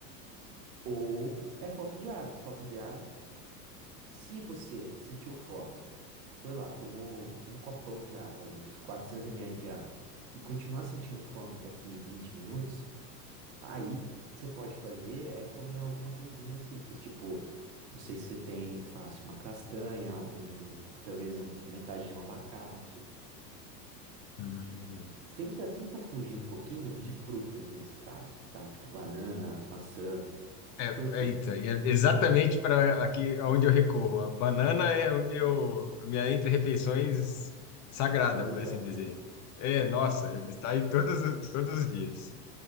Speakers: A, on the right (about 75°); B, on the left (about 35°).
A: Ou é falta de água. Falta de água. Se você sentiu fome, foi lá, tomou um copão de água ali, uns 400 ml de água, e continuar sentindo fome daqui 20 minutos, Aí, o que você pode fazer é comer alguma coisinha simples, tipo, não sei se você tem fácil, uma castanha, um, ou talvez um, metade de um abacate.
B: hum.
A: Tenta, tenta fugir um pouquinho de frutas nesses casos, tá? Tipo banana, maçã.
B: É,
A: Por quê?
B: é, eita, e é exatamente para aqui aonde eu recorro. A banana é o meu, a minha entre-refeições sagrada,
A: Mais
B: por
A: usado.
B: assim dizer. É, nossa, ele está em todos, os- todos os dias.